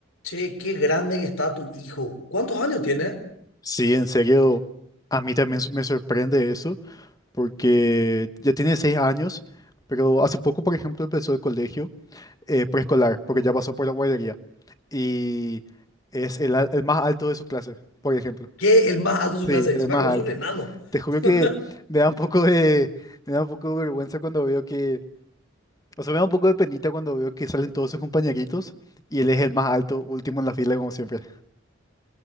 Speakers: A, on the left; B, on the left.
A: Che, qué grande que está tu hijo. ¿Cuántos años tiene?
B: Sí, en serio, a mí también s- me sorprende eso, porque ya tiene seis años, pero hace poco, por ejemplo, empezó el colegio eh, preescolar, porque ya pasó por la guardería, y es el, al- el más alto de su clase, por ejemplo.
A: Que el más alto de
B: Sí,
A: su clase es.
B: el
A: Encima
B: más
A: que vos
B: alto.
A: sos un enano.
B: Te juro que
A: <laughs>
B: me da un poco de, me da un poco de vergüenza cuando veo que, o sea, me da un poco de penita cuando veo que salen todos sus compañeritos y él es el más alto, último en la fila, como siempre.